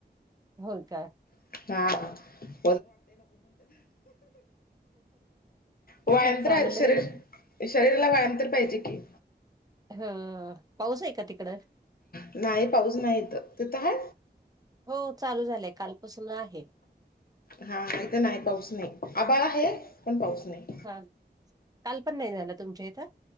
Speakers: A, on the right; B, on the left.
A: हो का
B: हां व्यायाम
A: चांगलय.
B: तर शरीर शरीराला व्यायाम तर पाहिजे की.
A: ह्ं पाऊस आहे का तिकडं?
B: नाही पाऊस नाही इथं तिथं आहे?
A: हो चालू झालंय कालपासून आहे.
B: हा इथे नाही पाऊस नाही आभाळ आहे. पण पाऊस नाही
A: हा काल पण नाही झाला तुमच्या इथं?